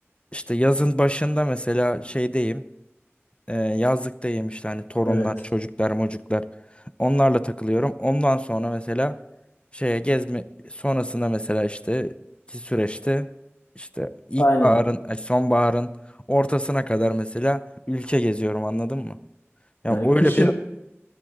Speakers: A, on the left (about 25°); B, on the left (about 80°).
A: işte yazın başında mesela şeydeyim. E, yazlıkta yemişler hani torunlar,
B: Evet.
A: çocuklar, mocuklar. Onlarla takılıyorum. Ondan sonra mesela şeye gezme sonrasında mesela işte ki süreçte işte ilkbaharın,
B: Aynen.
A: ay, sonbaharın ortasına kadar mesela ülke geziyorum anladın mı? Yani
B: Yani
A: öyle
B: kışın
A: bir